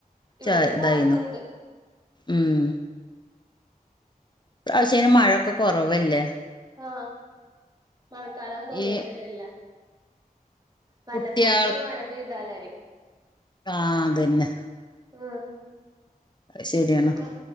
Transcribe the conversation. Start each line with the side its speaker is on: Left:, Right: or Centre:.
Right: ഇവിടെ
Left: ചേ ഇതായിരുന്നു.
Right: ചാറുന്നുണ്ട്
Left: ഉം പ്രാവശ്യത്തിന് മഴൊക്കെ കുറവല്ലേ?.
Right: ഓ മഴക്കാലാണ് തോന്നണന്നെ
Left: ഈ
Right: ഇല്ല. വല്ലപ്പോഴും
Left: കുട്ട്യാൾ
Right: ഒന്ന് മഴ പെയ്താലായി.
Left: ആ അതന്നെ
Right: ആഹ്
Left: അത് ശരിയാണ്
Right: മ